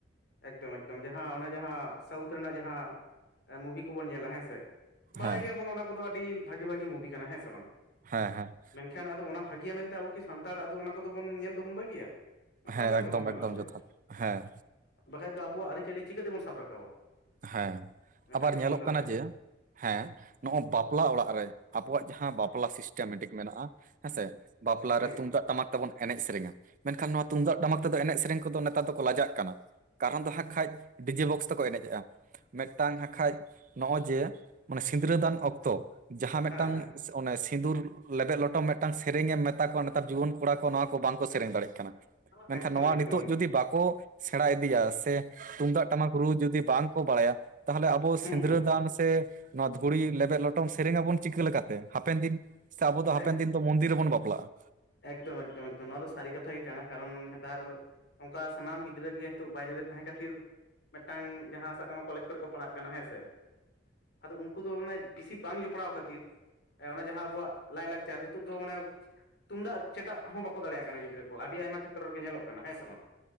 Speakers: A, on the left (about 65°); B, on the right (about 45°).
A: ᱮᱠᱫᱚᱢ ᱮᱠᱫᱚᱢ ᱡᱟᱦᱟᱸ ᱚᱱᱟ ᱡᱟᱦᱟᱸ ᱥᱟᱣᱩᱛᱷ ᱨᱮᱱᱟᱜ ᱡᱟᱦᱟᱸ ᱢᱩᱵᱷᱤ ᱠᱚᱵᱚᱱ ᱧᱮᱞᱟ ᱦᱮᱸ ᱥᱮ ᱵᱟᱲᱟᱭ
B: ᱦᱮᱸ
A: ᱜᱮᱭᱟᱵᱚᱱ ᱚᱱᱟ ᱠᱚᱫᱚ ᱟᱹᱰᱤ ᱵᱷᱟᱹᱜᱤ ᱵᱷᱟᱜᱤ ᱢᱩᱵᱷᱤ ᱠᱟᱱᱟ ᱦᱮᱸ ᱥᱮ ᱵᱟᱝ
B: ᱦᱮᱸ ᱦᱮᱸ
A: ᱢᱮᱱᱠᱷᱟᱱ ᱟᱫᱚ ᱚᱱᱟ ᱵᱷᱟᱹᱜᱮᱤᱭᱟ ᱢᱮᱱᱛᱮ ᱟᱵᱚ ᱠᱤ ᱥᱟᱱᱛᱟᱲ ᱟᱫᱚ ᱚᱱᱟ ᱠᱚᱫᱚᱵᱚᱱ ᱧᱮᱞ ᱫᱚᱵᱚᱱ ᱵᱟᱹᱜᱤᱭᱟ ᱚᱱᱠᱟ
B: ᱦᱮᱸ
A: ᱞᱮᱠᱟᱱ
B: ᱮᱠᱫᱚᱢ
A: ᱫᱚ ᱵᱟᱝ ᱜᱟᱱᱚᱜᱼᱟ
B: ᱮᱠᱫᱚᱢ
A: ᱥᱮ
B: ᱡᱚᱛᱷᱟᱛ ᱦᱮᱸ
A: ᱵᱟᱠᱷᱟᱡ ᱫᱚ ᱟᱵᱚᱣᱟᱜ ᱟᱹᱨᱤᱪᱟᱹᱞᱤ ᱪᱤᱠᱟᱹᱛᱮᱵᱚᱱ ᱥᱟᱵ ᱨᱟᱠᱟᱵᱟ
B: ᱦᱮ,
A: ᱢᱤᱫᱴᱟᱝ
B: ᱟᱵᱟᱨ
A: ᱵᱷᱤᱰᱭᱳ
B: ᱧᱮᱞᱚᱜ
A: ᱛᱟᱞᱟᱛᱮ
B: ᱠᱟᱱᱟ ᱡᱮ ᱦᱮᱸ ᱱᱚᱼᱜᱚᱭ ᱵᱟᱯᱞᱟ ᱚᱲᱟᱜ ᱨᱮ ᱟᱵᱚᱣᱟᱜ ᱡᱟᱦᱟᱸ ᱵᱟᱯᱞᱟ <unintelligible> ᱞᱟ ᱥᱤᱥᱴᱮᱢᱮᱴᱤᱠ ᱢᱮᱱᱟᱜᱼᱟ ᱦᱮᱸᱥᱮ ᱵᱟᱯᱞᱟᱨ
A: ᱦᱩᱸ
B: ᱨᱮ ᱛᱩᱢᱫᱟᱜ
A: ᱦᱩᱸ
B: ᱴᱟᱢᱟᱠ ᱛᱮᱵᱚᱱ ᱮᱱᱮᱡ ᱥᱮᱨᱮᱧᱟ ᱢᱮᱱᱠᱷᱟᱱ ᱱᱚᱣᱟ ᱛᱩᱢᱫᱟᱜ ᱴᱟᱢᱟᱠ ᱛᱮ ᱫᱚ ᱮᱱᱮᱡ ᱥᱮᱨᱮᱧ ᱠᱚᱫᱚ ᱱᱮᱛᱟᱨ ᱫᱚᱠᱚ ᱞᱟᱡᱟᱜ ᱠᱟᱱᱟ, ᱠᱟᱨᱚᱱ ᱫᱚ ᱦᱟᱸᱜ ᱠᱷᱟᱡ ᱰᱤᱡᱮ ᱵᱚᱠᱥ ᱛᱮᱠᱚ ᱮᱱᱮᱡᱼᱮᱟ᱾ ᱢᱤᱫᱴᱟᱝ ᱦᱟᱸᱠᱷᱟᱡ ᱱᱚᱜᱼᱚᱭ ᱡᱮ ᱢᱟᱱᱮ ᱥᱤᱸᱫᱽᱨᱟᱹᱫᱟᱱ ᱚᱠᱛᱚ ᱡᱟᱦᱟᱸ ᱢᱤᱫᱴᱟᱝ
A: ᱦᱮᱸ ᱦᱮᱸ
B: ᱚᱱᱮ ᱥᱤᱸᱫᱩᱨ ᱞᱮᱵᱮᱫ ᱞᱚᱴᱚᱢ ᱢᱤᱫᱴᱟᱝ ᱥᱮᱨᱮᱧᱮ ᱮᱢ ᱢᱮᱛᱟ ᱠᱚᱣᱟ ᱱᱮᱛᱟᱨ ᱡᱩᱣᱟᱹᱱ ᱠᱚ ᱠᱚᱲᱟ ᱠᱚ ᱱᱚᱣᱟ ᱠᱚ ᱵᱟᱝᱠᱚ ᱥᱮᱨᱮᱧ ᱫᱟᱲᱮᱜ ᱠᱟᱱᱟ ᱢᱮᱱᱠᱷᱟᱱ
A: ᱮᱠᱫᱚᱢ
B: ᱱᱚᱣᱟ
A: ᱮᱠᱫᱚᱢ
B: ᱱᱤᱛᱚᱜ ᱡᱩᱫᱤ ᱵᱟᱠᱚ ᱥᱮᱬᱟ ᱤᱫᱤᱭᱟ ᱥᱮ ᱛᱩᱢᱫᱟᱜ ᱴᱟᱢᱟᱠ ᱨᱩ ᱡᱩᱫᱤ ᱵᱟᱝ ᱵᱟᱲᱟᱭᱟ ᱛᱟᱦᱚᱞᱮ ᱟᱵᱚ ᱥᱤᱸᱫᱽᱨᱟᱹ
A: ᱦᱩᱸ ᱦᱩᱸ
B: ᱫᱚ ᱪᱮᱛᱟᱱ ᱥᱮ ᱱᱚᱣᱟ ᱫᱷᱩᱲᱤ ᱞᱮᱵᱮᱫ ᱞᱚᱴᱚᱢ ᱥᱮᱨᱮᱧ ᱟᱵᱚᱱ ᱪᱤᱠᱟᱹ ᱞᱮᱠᱟᱛᱮ ᱦᱟᱯᱮᱱ ᱫᱤᱱ ᱥᱮ ᱟᱵᱚ ᱫᱚ ᱦᱟᱯᱮᱱ
A: ᱮᱠ
B: ᱫᱤᱱ ᱫᱚ ᱢᱚᱱᱫᱤᱨ ᱨᱮᱵᱚᱱ ᱵᱟᱯᱞᱟᱜᱼᱟ
A: ᱮᱠᱫᱚᱢ ᱮᱠᱫᱚᱢ ᱮᱠᱫᱚᱢ ᱱᱚᱣᱟ ᱫᱚ ᱥᱟᱹᱨᱤ ᱠᱟᱛᱷᱟ ᱜᱮ ᱠᱟᱱᱟ ᱠᱟᱨᱚᱱ ᱱᱮᱛᱟᱨ ᱚᱱᱠᱟ ᱥᱟᱱᱟᱢ ᱜᱤᱫᱽᱨᱟᱹ ᱜᱮ ᱱᱤᱛᱚᱜ ᱵᱟᱭᱨᱮ ᱨᱮ ᱛᱟᱦᱮᱸ ᱠᱷᱟᱹᱛᱤᱨ ᱢᱤᱫ ᱴᱟᱝ ᱡᱟᱦᱟᱸ ᱥᱟᱵᱠᱟᱢ ᱠᱚᱞᱮᱡᱽ ᱠᱚᱨᱮ ᱠᱚ ᱯᱟᱲᱦᱟᱜ ᱠᱟᱱᱟ ᱦᱮᱸ ᱥᱮ ᱟᱫᱚ ᱩᱱᱠᱩ ᱫᱚ ᱟᱱᱮ ᱵᱤᱥᱤ ᱵᱟᱝ ᱡᱚᱯᱲᱟᱣ ᱠᱷᱟᱹᱛᱤᱨ ᱚᱱᱟ ᱡᱟᱦᱟᱸ ᱟᱵᱚᱣᱟᱜ ᱞᱟᱭ ᱞᱟᱠᱪᱟᱨ ᱱᱤᱛᱚᱜ ᱫᱚ ᱢᱟᱱᱮ ᱛᱩᱢᱫᱟᱜ ᱪᱮᱴᱟᱜ ᱦᱚᱸ ᱵᱟᱠᱚ ᱫᱟᱲᱮᱭᱟᱜ ᱠᱟᱱᱟ ᱜᱤᱫᱽᱨᱟᱹ ᱠᱚ ᱟᱹᱰᱤ ᱟᱭᱢᱟ ᱠᱷᱮᱛᱨᱚ ᱨᱮᱜᱮ ᱧᱮᱞᱚᱜ ᱠᱟᱱᱟ ᱦᱮᱸ ᱥᱮ ᱵᱟᱝ